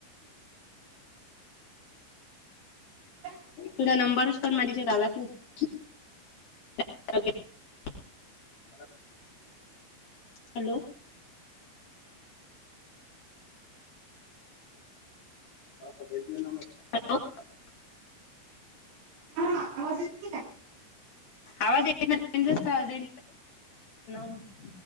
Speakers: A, on the right; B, on the left.
A: राहणार
B: तुझा नंबरच पण माझ्याच्यात आलाच नाही <unintelligible> हॅलो <unintelligible> हॅलो
A: हा आवाज येत नाही का?
B: आवाज येत् <unintelligible> <inaudible>